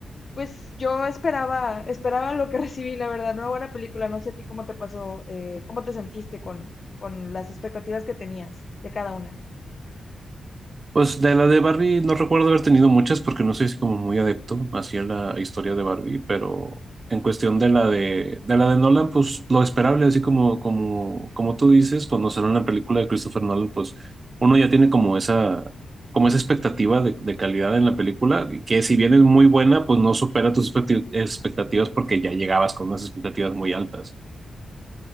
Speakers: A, on the left (about 40°); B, on the right (about 35°).
A: pues yo esperaba, esperaba lo que <laughs> recibí, la verdad, una buena película, no sé a ti cómo te pasó, eh, cómo te sentiste con, con las expectativas que tenías de cada una.
B: Pues de la de Barbie no recuerdo haber tenido muchas porque no soy así como muy adepto hacia la historia de Barbie, pero en cuestión de la de, de la de Nolan, pues lo esperable, así como, como, como tú dices, cuando sale una película de Christopher Nolan, pues uno ya tiene como esa, como esa expectativa de, de calidad en la película, que si bien es muy buena, pues no supera tus expecti- expectativas porque ya llegabas con unas expectativas muy altas.